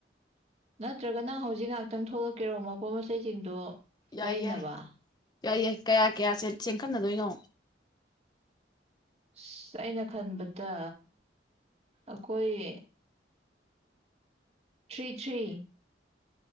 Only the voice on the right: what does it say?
ꯅꯠꯇ꯭ꯔꯒ ꯅꯪ ꯍꯧꯖꯤꯛ ꯉꯥꯏꯍꯥꯛꯇꯪ ꯊꯣꯛꯂꯛꯀꯦꯔꯣ ꯃꯄꯣꯠ ꯃꯆꯩꯁꯤꯡꯗꯣ
ꯀ
ꯅꯕ
ꯑꯁ ꯑꯩꯅ ꯈꯟꯕꯗ ꯑꯩꯈꯣꯏ ꯊ꯭ꯔꯤ ꯊ꯭ꯔꯤ